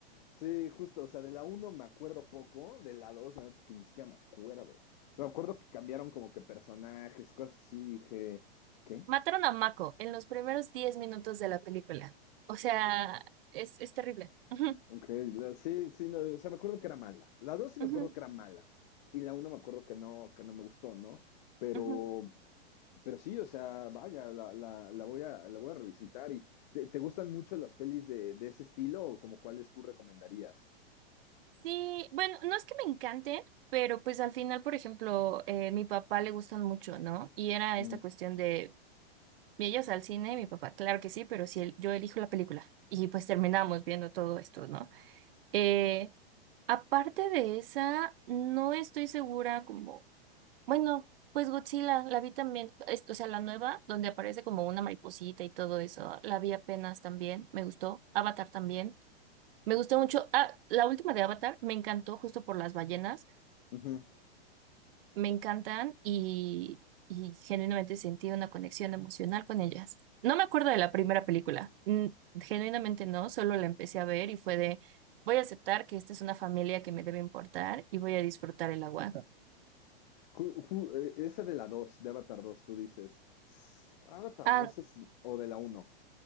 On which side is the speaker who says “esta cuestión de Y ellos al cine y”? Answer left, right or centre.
Right